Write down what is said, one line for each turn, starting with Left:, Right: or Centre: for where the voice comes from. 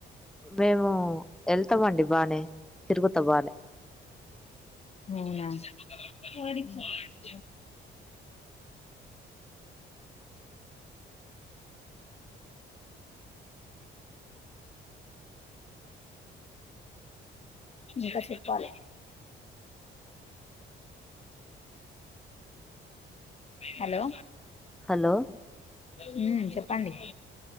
Centre: మేము వెళ్తామండి బానే తిరుగుతా బానే
Left: అవునా కోరి సార్ ఇంకా చెప్పాలి హలో
Centre: హలో
Left: హ్మ్ చెప్ పండి